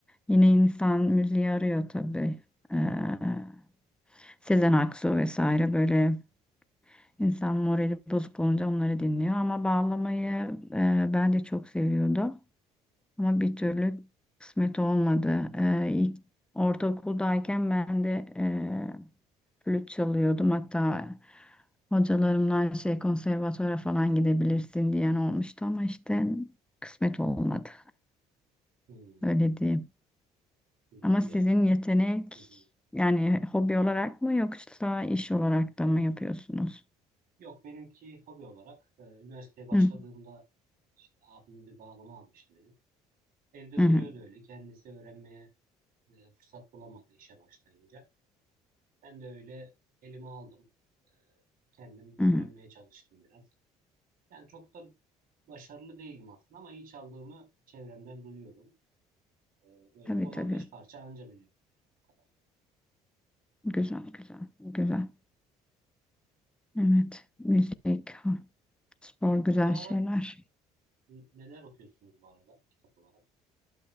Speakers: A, in the centre; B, on the right.
A: yine insan müziği arıyor tabii. Ee, Sezen Aksu vesaire böyle insan morali bozuk olunca onları dinliyor ama bağlamayı eee, ben de çok seviyordum. Ama
B: Hı.
A: bir türlü kısmet olmadı. Ee, ilk ortaokuldayken ben de e, flüt çalıyordum. Hatta hocalarımdan şey konservatuvara falan gidebilirsin diyen olmuştu ama işte kısmet olmadı.
B: Hmm,
A: <laughs> Öyle diyeyim.
B: üzücü
A: Ama sizin
B: ya.
A: yetenek
B: Hı hı.
A: yani hobi olarak mı yoksa iş olarak da mı yapıyorsunuz?
B: Yok benimki hobi olarak e, üniversiteye başladığımda
A: Hı
B: işte abim bir bağlama almıştı benim. Evde
A: hı
B: duruyordu
A: hı.
B: öyle. Kendisi öğrenmeye e, fırsat bulamadı işe başlayınca. Ben de öyle elime aldım. E, kendim öğrenmeye
A: hı.
B: çalıştım biraz. Yani çok da başarılı değilim aslında ama iyi çaldığımı çevremden duyuyorum. E, böyle
A: Tabii
B: 10-15
A: tabii.
B: parça anca biliyorum yani o kadar.
A: Güzel güzel güzel. Evet. Müzik, spor
B: Kitap
A: güzel
B: olarak
A: şeyler.
B: n- neler okuyorsunuz bu arada? Kitap olarak.